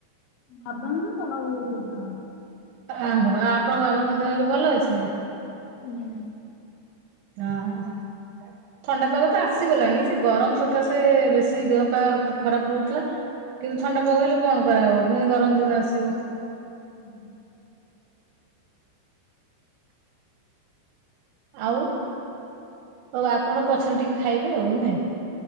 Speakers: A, on the left (about 70°); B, on the right (about 85°).
A: ବାବା ମା ଆଉ ଦି ଜଣ।
B: ଆହୋ, ଆଉ ଆପଣଙ୍କ ବାବାଙ୍କ ଦେହ ବି ଭଲ ଅଛି ନା?
A: ଆଜ୍ଞା।
B: ହଁ। ଥଣ୍ଡାପାଗ ତ ଆସିଗଲାଣି, ସେ ଗରମ୍ ସକାଶେ ବେଶୀ ଦେହ ପା ଖରାପ୍ ରହୁଥିଲା। କିନ୍ତୁ ଥଣ୍ଡା ପାଗ ହେଲେ କଣ କରାହବ ପୁଣି ଗରମ୍ ଦିନ ଆସିବ।
A: ହୁଁ।
B: ଆଉ ହଉ ଆପଣ ପଛରେ ଟିକେ ଖାଇବେ ଆଉ ନୁହେଁ?